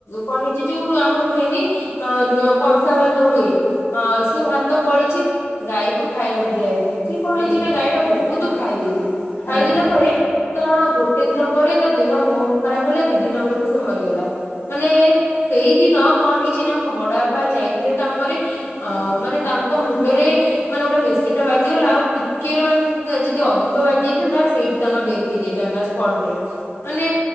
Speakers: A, on the left; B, on the left.
A: କଣ ହେଇଚି ଯୋଉ ଆମର ହୁଏନି ହଁ କଂସା ଭାତ ହୁଏ। ହଁ ସେ ଭାତ ବଳିଛି ଗାଈ କୁ ଖାଇବାକୁ ଦିଆହେଇଚି। ସ କଣ
B: ହଁ
A: ହେଇଚି ନା ଗାଈ ଟା ବହୁତୁ ଖାଇ ଦେଇଚି, ଖାଇଦେଲା
B: ଆଜ୍ଞା ଆଜ୍ଞା
A: ପରେ ତା ଗୋଟେ ଦିନ ପରେ ତା ଦେହ ବହୁତ୍ ଖରାପ୍ ହେଲା, ଦି ଦିନ ବେଳକୁ ସେ ମରିଗଲା। ମାନେ ସେଇଦିନ କଣ ହେଇଚି ନା ମୋ ବଡାପା ଯାଇ ଥିଲେ କାମରେ
B: ଆଜ୍ଞା।
A: ମାନେ ତାଙ୍କ ମୁଣ୍ଡରେ ମାନେ ଗୋଟେ ମେସିନ୍ ଟା ବାଜିଗଲା ଆଉ ଟିକେରେ ମାନେ ଯଦି ଅଧିକ ବାଜି ଯାଇଥାନ୍ତା, ସେଇଠି ତାଙ୍କ ଡେଥ ହେଇଯାଇଥାନ୍ତା ସ୍ପଟ୍ ଡେଥ୍। ମାନେ